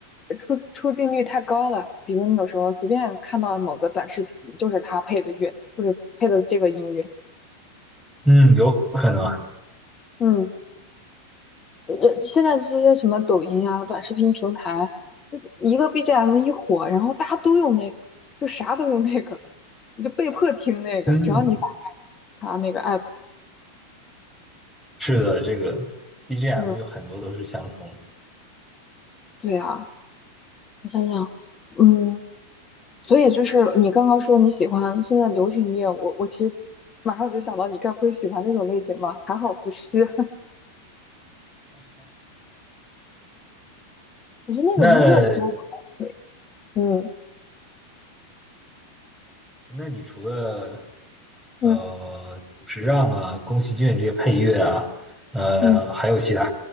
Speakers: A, on the left; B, in the centre.
A: 出出镜率太高了，比如你有时候随便看到某个短视频，就是它配的乐，就是配的这个音乐。
B: 嗯，有可能，
A: 嗯，呃，现在这些什么抖音啊、短视频平台，就一个 BGM 一火，然后大家都用那个，就啥都用那个，你就被迫听那个，
B: 嗯，
A: 只要你打开它那个 app。
B: 是的，这个 BGM
A: 嗯，
B: 有很多都是相同。
A: 对啊，我想想，嗯。所以就是你刚刚说你喜欢现在流行音乐，我我其实马上就想到你该不会喜欢那种类型吧？还好不是，<laughs> 我觉得那种音乐比较好睡。
B: 那
A: 嗯
B: 那你除了呃，
A: 嗯
B: 久石让啊、宫崎骏这些配乐啊，呃，
A: 嗯
B: 还有其他